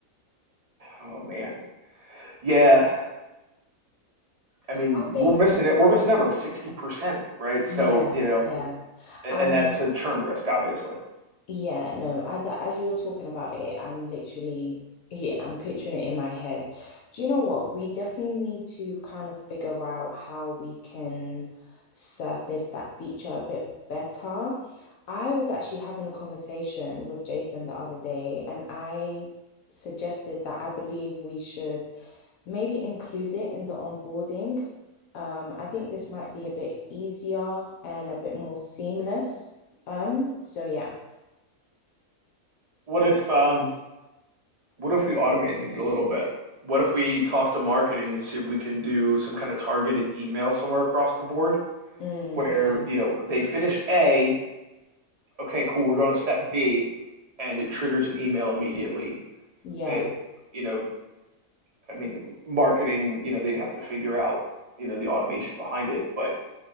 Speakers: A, on the right (about 35°); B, on the left (about 75°).
A: oh man, yeah, I mean,
B: I think,
A: we're missing it. We're missing out on 60%, right? So,
B: yeah,
A: you know,
B: yeah.
A: a-
B: I'm,
A: and that's a churn risk, obviously.
B: yeah, no. As I, as you're talking about it, I'm literally, yeah, I'm picturing it in my head. Do you know what? We definitely need to kind of figure out how we can surface that feature a bit better. I was actually having a conversation with Jason the other day, and I suggested that I believe we should. maybe include it in the onboarding. Um, I think this might be a bit easier and a bit more seamless. Um, so yeah.
A: What if, um, what if we automated it a little bit? What if we talk to marketing and see if we can do some kind of targeted email somewhere across the board?
B: Mm,
A: where,
B: yeah,
A: you know, they finish A, okay, cool, we're going to step B, and it triggers an email immediately
B: yeah,
A: that, you know, I mean, marketing, you know, they'd have to figure out, you know, the automation behind it, but,